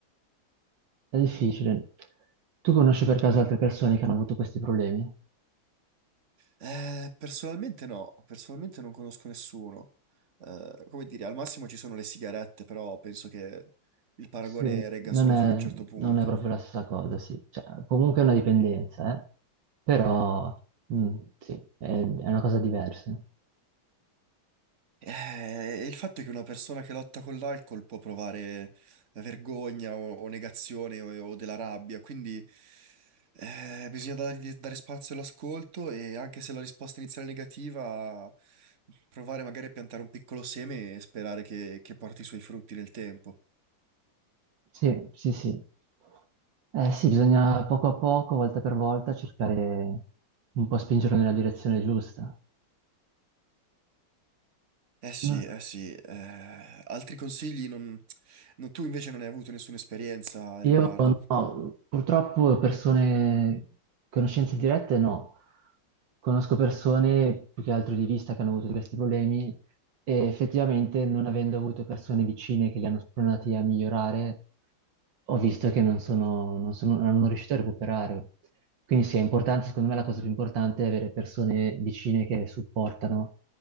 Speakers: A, on the right; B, on the right.
A: è difficile. Tu conosci per caso altre persone che hanno avuto questi problemi?
B: Eh, personalmente no, personalmente non conosco nessuno. Eh, come dire, al massimo ci sono le sigarette, però penso che il paragone
A: Sì,
B: regga
A: non
B: solo
A: è,
B: fino a un certo punto.
A: non è proprio la stessa cosa, sì. Cioè, comunque è una dipendenza, eh. Però, mm, sì, è, è una cosa diversa.
B: Eh, il fatto è che una persona che lotta con l'alcol può provare vergogna o, o negazione o, o della rabbia, quindi eh, bisogna dargli- dare spazio all'ascolto e anche se la risposta iniziale è negativa, provare magari a piantare un piccolo seme e sperare che, che porti i suoi frutti nel tempo.
A: Sì, sì, sì. Eh sì, bisogna poco a poco, volta per volta, cercare un po' spingerlo nella direzione giusta.
B: Eh sì,
A: No.
B: eh sì, eh, altri consigli non... non- Tu invece non hai avuto nessuna esperienza a
A: Io
B: riguardo.
A: no, purtroppo persone, conoscenze dirette no. Conosco persone più che altro di vista che hanno avuto questi problemi e effettivamente non avendo avuto persone vicine che li hanno spronati a migliorare, ho visto che non sono, non sono, non hanno riuscito a recuperare. Quindi sì, è importante, secondo me la cosa più importante è avere persone vicine che supportano